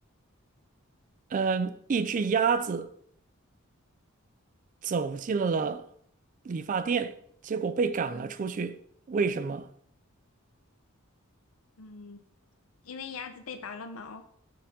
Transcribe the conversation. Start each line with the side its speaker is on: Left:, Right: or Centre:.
Right: 嗯，一只鸭子走进了理发店，结果被赶了出去。
Left: 嗯
Right: 为什么？
Left: 嗯，因为鸭子被拔了毛，